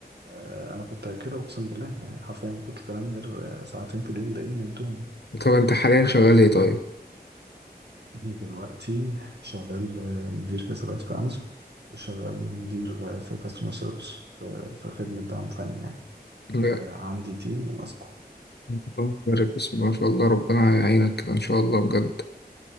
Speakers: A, on the right; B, on the left.
A: آه، انا كنت كده اقسم بالله يعني حرفيا ما كنتش بنام غير آه، ساعتين في اليوم ده ان نمتهم
B: طب انت حاليا شغال ايه طيب؟
A: دلوقتي شغال آه، مدير حسابات في امازون وشغال مدير آه، في كاستمر سيرفيس في في خدمه دعم فني يعني
B: لا
A: آه، عندي تيم ماسكه
B: اللهم بارك بسم الله ما شاء الله ربنا يعينك كده ان شاء الله بجد